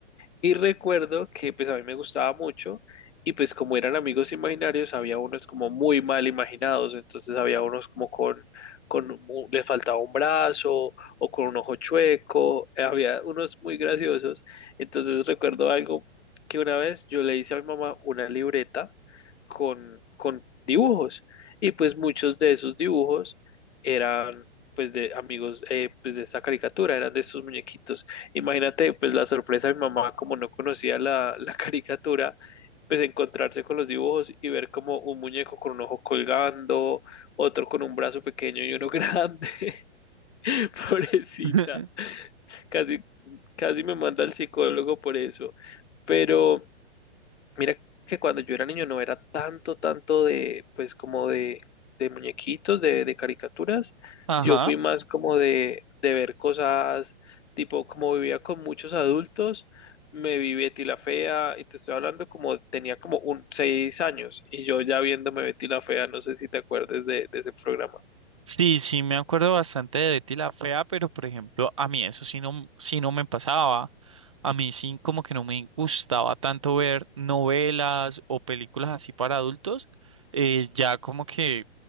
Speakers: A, on the left (about 80°); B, on the right (about 30°).
A: y recuerdo que pues a mí me gustaba mucho y pues como eran amigos imaginarios, había unos como muy mal imaginados, entonces había unos como con, con u- le faltaba un brazo o con un ojo chueco, eh, había unos muy graciosos. Entonces recuerdo algo que una vez yo le hice a mi mamá una libreta con, con dibujos y pues muchos de esos dibujos eran pues de amigos, eh, pues de esta caricatura, eran de estos muñequitos. Imagínate, pues la sorpresa de mi mamá, como no conocía la, la <laughs> caricatura, pues encontrarse con los dibujos y ver como un muñeco con un ojo colgando, otro con un brazo pequeño y uno grande, <laughs> pobrecita.
B: <laughs>
A: Casi, casi me manda al psicólogo por eso. Pero Mira que cuando yo era niño no era tanto, tanto de, pues como de, de muñequitos, de, de caricaturas.
B: Ajá.
A: Yo fui más como de, de ver cosas, tipo, como vivía con muchos adultos, me vi Betty la Fea, y te estoy hablando como tenía como un seis años, y yo ya viéndome Betty la Fea, no sé si te acuerdas de, de ese programa.
B: Sí, sí, me acuerdo bastante de Betty la Fea, pero por ejemplo, a mí eso sí no, sí no me pasaba. A mí sí como que no me gustaba tanto ver novelas o películas así para adultos. eh, ya como que